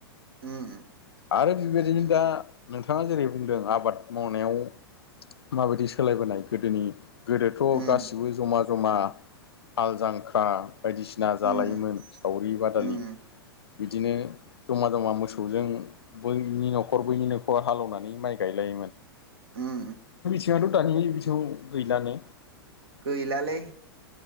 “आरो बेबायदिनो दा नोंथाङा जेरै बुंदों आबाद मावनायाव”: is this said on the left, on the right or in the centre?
Left